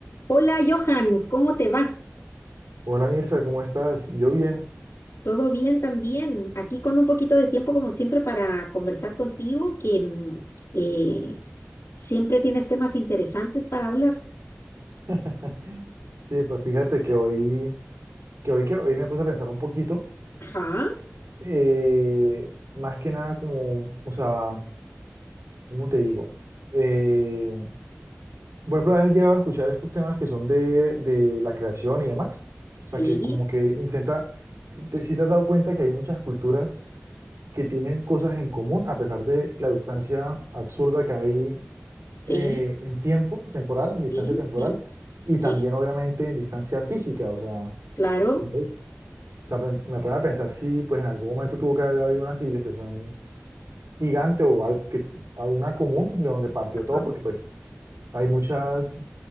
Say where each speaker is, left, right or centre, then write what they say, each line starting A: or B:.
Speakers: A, on the left; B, on the right.
A: Hola Johan, ¿cómo te va?
B: Hola Mirza, ¿cómo estás? Yo bien.
A: ¿Todo bien también? Aquí con un poquito de tiempo como siempre para conversar contigo, que mm, eh, siempre tienes temas interesantes para hablar.
B: <laughs> Sí, pues fíjate que hoy, que hoy, que hoy me puse a pensar un poquito,
A: Ajá,
B: eh, más que nada como, o sea, ¿cómo te digo? Eh, por ejemplo, has llegado a escuchar estos temas que son de, de la creación y demás.
A: sí,
B: O sea, que como que intenta, si si te has dado cuenta que hay muchas culturas que tienen cosas en común a pesar de la distancia absurda que hay
A: sí,
B: eh, en tiempo temporal, en distancia
A: sí,
B: temporal,
A: sí,
B: y
A: sí,
B: también obviamente en distancia física. O sea,
A: claro.
B: Ey. o sea, pe- me pone a pensar si pues en algún momento tuvo que haber habido una civilización gigante o algo que, alguna común de donde partió todo,
A: Ajá,
B: porque pues hay muchas, o